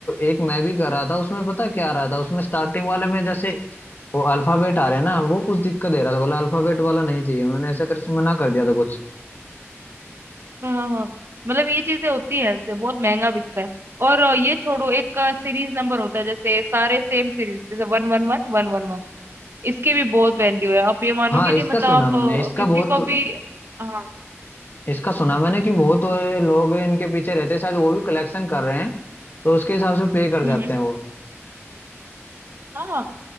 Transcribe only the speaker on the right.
हाँ हाँ हाँ। मतलब ये चीजें होती है इससे बहुत महंगा बिकता है और अ, ये छोड़ो एक सीरीज नंबर होता है जैसे सारे सेम सीरीज जैसे one one one one one one इसके भी बहुत वैल्यू है आप ये मानोगे
नहीं
मतलब
आप
अ,
किसी
को भी हाँ हाँ
हम्म,
हम्म।
हाँ